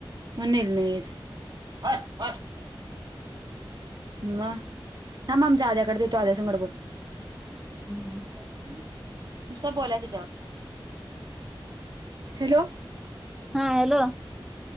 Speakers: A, on the right; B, in the centre.
A: म्हणुन नेली नाहीत मग, थांब आमच्या आदयाकड देतो आदया संगट बोल
B: <unintelligible> <inaudible>
A: नुसत बोलायच हेच्यावर हॅलो
B: हा हॅलो.